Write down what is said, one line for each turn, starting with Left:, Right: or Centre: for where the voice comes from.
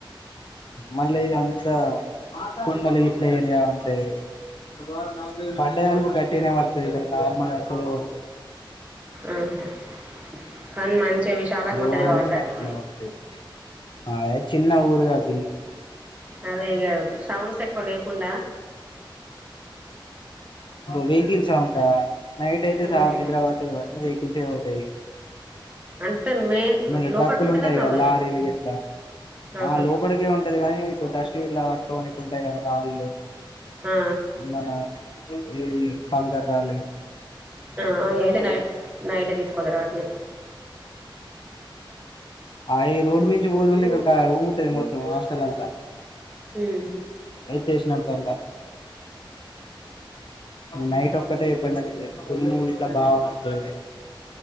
Left: మళ్ళీ ఇ అంతా కొండలు ఇట్ల ఏరియా ఉంటాయి ఒక బ నాకుే <unintelligible> బడ్డదాలుకు గట్నే వడుతుది ఇ నార్మల్ వసలే ఓ
Right: ఆహా కానీ మంచిగా విశాలంగా
Left: రోజు
Right: ఉంటది కావచ్చు
Left: నైట్ని
Right: అటు
Left: వాడుతే అ చిన్న ఊరుగాపి
Right: అదే ఇగ సౌండ్స్ ఎకువల్కుంట
Left: వెగిల్స్ ఉనుకా నైట్ అయితే
Right: ఉమ్
Left: స మీద వా సవ
Right: అంటే మెయిన్
Left: అమంటే
Right: లోపలికి
Left: ట్రక్కులు
Right: ఉంటదన్నావు
Left: ఉంటాయి కదా లారీలు ఎట్లా
Right: ఆహా
Left: ఆ లోపలికే ఉంటది కాగానీ ఇప్పుడు డస్ట్ ఇలా పట్టుని పంట రాళ్ళు
Right: ఆ
Left: మన ఈ కంకర రాళ్లు
Right: ఆ అ అయితే నైట్ నైట్ తీసుకోదరు వాటిని
Left: అ రోడ్ మీంచి బోతే ఊగుతది మొత్తం శ్రీలంక
Right: ఉమ్
Left: ఏతేషినకా నైట్ ఒక్కటే ఫు ఇట్లా బాగాంటతుంది